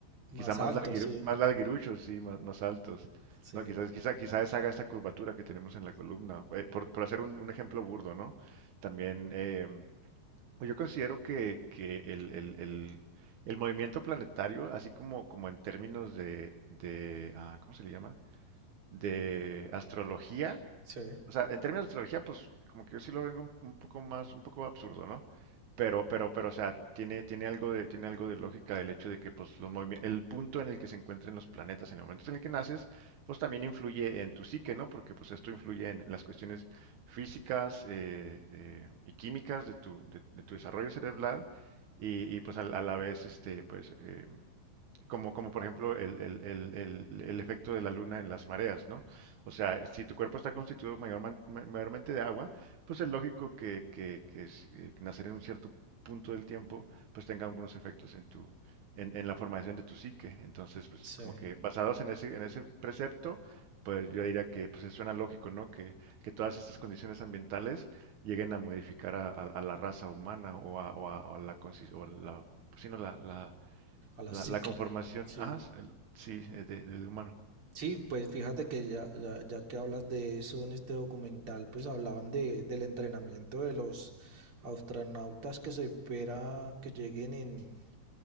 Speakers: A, on the right; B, on the right.
A: Más
B: Quizá más
A: alto,
B: larguiru-
A: sí.
B: más larguiruchos, sí, más, más altos.
A: Sí,
B: No, quizás, quizá, quizás haga esta curvatura que tenemos en la columna. eh, por, por hacer un, un ejemplo burdo, ¿no? También eh, yo considero que, que el, el- el- el movimiento planetario, así como, como en términos de, de, ah, ¿cómo se le llama? De astrología,
A: sí,
B: o sea, en términos de estrategia, pues como que yo sí lo vengo un, un poco más, un poco absurdo, ¿no? Pero, pero, pero, o sea, tiene, tiene algo de, tiene algo de lógica el hecho de que, pues, los movimi- el punto en el que se encuentren los planetas en el momento en el que naces, pues también influye en tu psique, ¿no? Porque, pues, esto influye en las cuestiones físicas eh, eh, y químicas de tu, de, de tu desarrollo cerebral y, y, pues, a, a la vez, este, pues, eh, como, como por ejemplo el, el- el- el- el efecto de la luna en las mareas, ¿no? O sea, si tu cuerpo está constituido mayorman- ma- mayormente de agua, pues es lógico que, que, que s- eh, que nacer en un cierto punto del tiempo, pues tenga algunos efectos en tu, en, en la formación de tu psique. Entonces, pues
A: sí.
B: como
A: A
B: que basados en ese, en ese precepto, pues yo diría que pues suena lógico, ¿no? Que, que todas estas condiciones ambientales lleguen a modificar a, a- a la raza humana o a, o a- o a la, consis- o la, pues, sí, no, la la-
A: la
B: la,
A: psique.
B: la conformación,
A: Sí.
B: ajá, s- el- sí, eh, de- del humano.
A: Sí, pues fíjate que ya, ya, ya que hablas de eso en este documental, pues hablaban de, del entrenamiento de los astronautas que se espera que lleguen en,